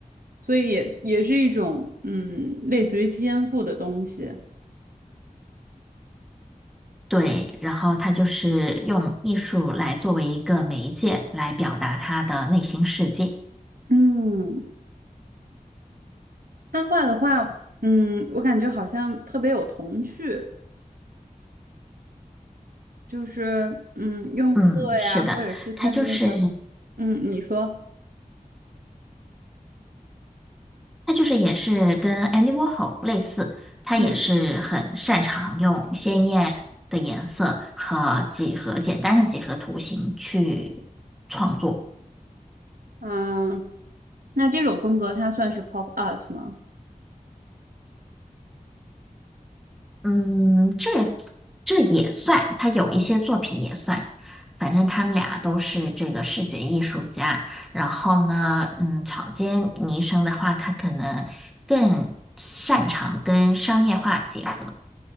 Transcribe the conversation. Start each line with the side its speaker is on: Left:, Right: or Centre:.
Right: 所以也也是一种嗯，类似于天赋的东西。
Centre: 对，然后他就是用艺术来作为一个媒介来表达他的内心世界。
Right: 嗯，他画的画，嗯，我感觉好像特别有童趣，就是嗯，用色呀，
Centre: 嗯，是的，
Right: 或者是他的那个，
Centre: 他就是。
Right: 嗯，你说，
Centre: 他就是也是跟 Andy Warhol 类似，他也是很擅长用鲜艳的颜色和几何简单的几何图形去创作。
Right: 嗯啊，那这种风格它算是 pop art 吗？
Centre: 嗯，这这也算，他有一些作品也算。反正他们俩都是这个视觉艺术家。然后呢，嗯，草间弥生的话，他可能更擅长跟商业化结合。